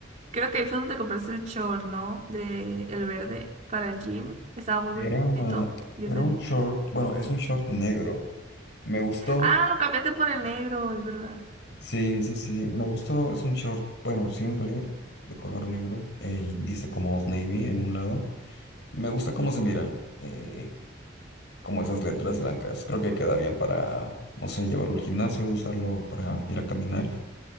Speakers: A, on the right (about 35°); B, on the left (about 60°).
A: Creo que ahí fue donde te compraste el short, ¿no? De el verde para el gym. Estaba muy bonito.
B: Era, una-
A: Y
B: era
A: ese-
B: un short, bueno, es un short negro. Me gustó,
A: Ah, lo cambiaste por el negro, es verdad.
B: Sí, sí, sí. Me gustó. Es un short, bueno, simple, de color negro. eh, y dice como Old Navy en un lado. Me gusta cómo se mira. eh, como esas letras blancas. Creo que queda bien para, no sé, llevarlo al gimnasio, usarlo para ir a caminar.